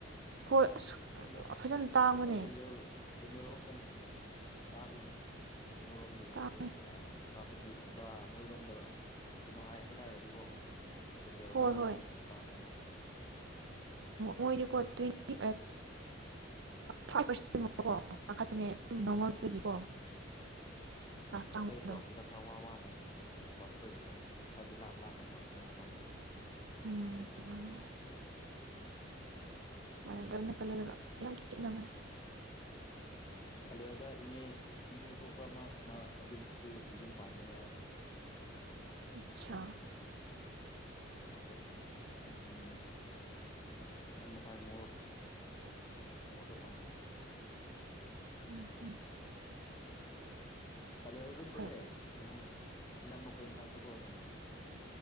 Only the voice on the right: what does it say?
ꯍꯣꯏ
ꯐꯖꯅ ꯇꯥꯡꯕꯅꯦ
ꯇꯥꯡꯉꯦ
ꯍꯣꯏ
ꯍꯣꯏ
ꯃꯣꯏꯗꯤꯀꯣ ꯇ꯭ꯋꯦꯟꯇꯤ ꯐꯥꯏꯚ ꯄꯔ ꯀꯣ ꯀꯥꯈꯄꯅꯦ ꯅꯣꯔꯃꯦꯜꯗꯒꯤꯀꯣ <inaudible>
ꯇꯥꯡꯕꯗꯣ
ꯎꯝ ꯋꯥꯅꯦ ꯃꯥꯟꯅꯗꯕꯅ ꯄꯜꯍꯜꯂꯒ ꯌꯥꯝ ꯈꯦꯠꯅꯕꯅꯦ
ꯑꯆꯥꯥ
ꯎꯝ ꯍꯝ
ꯍꯣꯏ